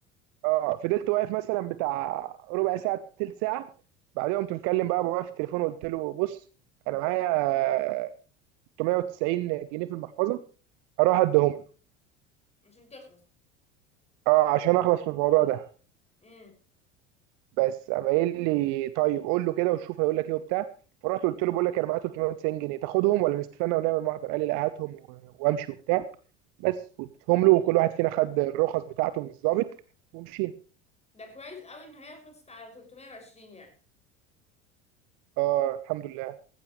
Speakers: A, on the right; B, on the left.
A: اه فضلت واقف مثلا بتاع ربع ساعه تلت ساعه بعدين قمت مكلم بقى بابايا في التليفون وقلت له بص انا معايا 390 جنيه في المحفظه هروح اديهم له
B: عشان تخلص
A: اه عشان اخلص من الموضوع ده
B: امم
A: بس قام قايل لي طيب قول له كده وشوف هيقول لك ايه وبتاع فرحت قلت له بقول لك انا معايا 390 جنيه تاخدهم ولا نستنى ونعمل محضر قال لي لا هاتهم و- وامشي وبتاع بس واديتهم له وكل واحد فينا خد الرخص بتاعته من الضابط ومشينا
B: ده كويس قوي إن هي خلصت على 320 يعني
A: اه الحمد لله